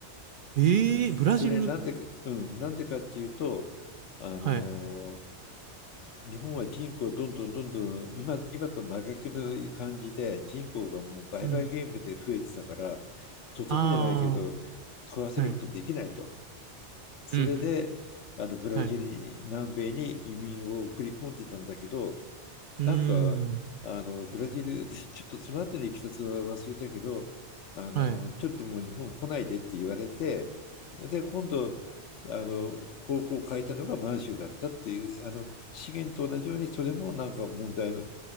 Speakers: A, on the right (about 55°); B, on the left (about 80°).
A: ええー、
B: それなんでか、
A: ブラジルに
B: うん、なんでかっていうと、あの
A: はい。
B: 日本は人口どんどんどんどん今、今と真逆の感じで人口がもう売買ゲームで増えてたからとてもじゃないけど
A: うん。あ
B: 食わせることできないと。
A: あ、はい。
B: それであのブラジルに南米に移民を送り込んでたんだけど
A: うんうん。はい。うーん。
B: なんか、あの、ブラジル、<laughs> ちょっとその後のいきさつは忘れたけど、あの、
A: はい。
B: ちょっともう日本来ないでって言われて、で、今度、あの、方向を変えたのが満州だったっていう、あの、資源と同じように、それもなんか問題の、